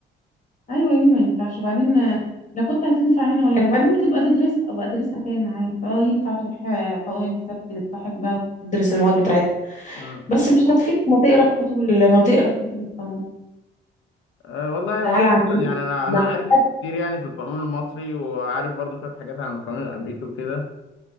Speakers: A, on the left (about 40°); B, on the left (about 85°).
A: ايوه يا ابني ما ينفعش وبعدين آه، لا كنت هتنفع هنا ولا هنا وبعدين ما تبقى تدرسها ابقى ادرسها تاني عادي اه ينفع تروح آه، حقوق تلتحق بقى وتدرس المواد بتاعتها
B: اه
A: بس مش هتفيد ما تقرا في كتب ال- ما تقرا في كتب القانون
B: أه والله
A: تعالى
B: هو انا
A: عندنا
B: اصلا يعني انا
A: ما-
B: انا عارف كتير يعني في القانون المصري وعارف برضو شويه حاجات عن القانون الامريكي وكده